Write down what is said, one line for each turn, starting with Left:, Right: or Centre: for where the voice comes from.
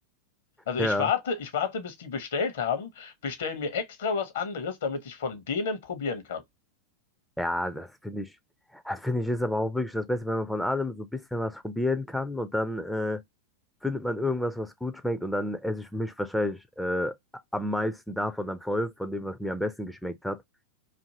Left: Also
Centre: Ja.
Left: ich warte, ich warte, bis die bestellt haben, bestell mir extra was anderes, damit ich von denen probieren kann.
Centre: Ja, das finde ich, das finde ich ist aber auch wirklich das Beste, wenn man von allem so ein bisschen was probieren kann und dann äh, findet man irgendwas, was gut schmeckt und dann esse ich mich wahrscheinlich äh, am meisten davon dann voll, von dem, was mir am besten geschmeckt hat.